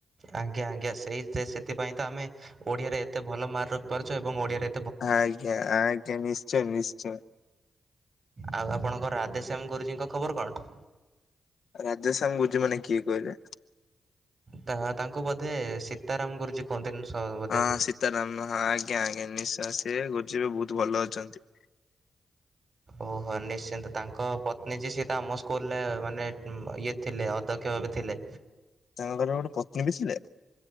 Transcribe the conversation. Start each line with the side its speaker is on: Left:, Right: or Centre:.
Right: ଆଜ୍ଞା ଆଜ୍ଞା ସେଇ ସେ ସେଥିପାଇଁ ତ ଆମେ ଓଡିଆରେ ଏତେ ଭଲ ମାର୍କ ରଖିପାରୁଚୁ ଏବଂ ଓଡିଆରେ
Left: ଆଜ୍ଞା ଆଜ୍ଞା ନିଶ୍ଚୟ ନିଶ୍ଚୟ।
Right: ଆଉ ଆପଣଙ୍କ ରାଧେଶ୍ୟାମ ଗୁରୁଜୀଙ୍କ ଖବର କଣ?
Left: ରାଜେଶ ସାଙ୍ଗ ବୁଝି ମାନେ କିଏ କହିଲେ।
Right: ତ ତାଙ୍କୁ ବୋଧେ ସୀତାରାମ ଗୁରୁଜୀ କୁହନ୍ତିନି ସ ବୋଧେ।
Left: ହଁ ସୀତାରାମ ହଁ ଆଜ୍ଞା ଆଜ୍ଞା ନିଶୟ ସିଏ ଗୁରଜୀ ଏବେ ବହୁତ ହୁ ଭଲ ଅଛନ୍ତି।
Right: ଓହୋ ନିଶ୍ଚିନ୍ତ ତାଙ୍କ ପତ୍ନୀ ଯ ସେି ତ ଆମ ସ୍କୁଲରେ ମାନେ ଇଏ ଥିଲେ ଅଧକ୍ଷ। ବି ଥିଲେ।
Left: ତାଙ୍କ ଘର ଗୋଟେ ପତ୍ନୀ ବି ଥିଲେ।